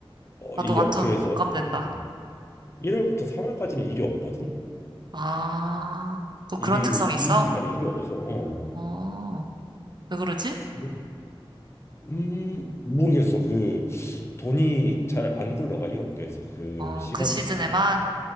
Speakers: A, on the left; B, on the right.
A: 어,
B: 나도
A: 이
B: 완전
A: 업계에서
B: 공감된다.
A: 음, 1월부터 3월까지는 일이 없거든.
B: 아, 또
A: 일이
B: 그런 특성이
A: 이
B: 있어?
A: 기간에 일이 없어. 어.
B: 어, 왜 그러지?
A: 그, 음 모르겠어. 그 돈이 잘 안 굴러가 이 업계에서 그
B: 어,
A: 시간쯤에.
B: 그 시즌에만?